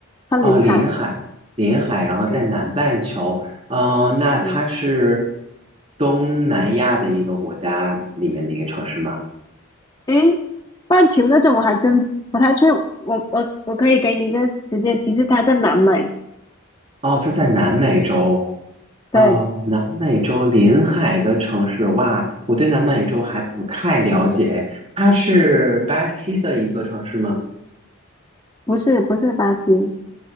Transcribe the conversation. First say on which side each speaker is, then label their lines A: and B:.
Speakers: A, on the left; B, on the right.
A: 它临海。
B: 哦，临海，临海，然后在南半球。
A: 对，
B: 哦，那它是
A: 嗯，
B: 东南亚的一个国家里面的一个城市吗？
A: 诶，半球那种我还真不太确，我我我可以给你一个直接提示，它在南美。
B: 哦，它在南美洲。
A: 对，
B: 哦，南美洲临海的城市，哇，我对南美洲还不太了解。它是巴西的一个城市吗？
A: 不是不是巴西，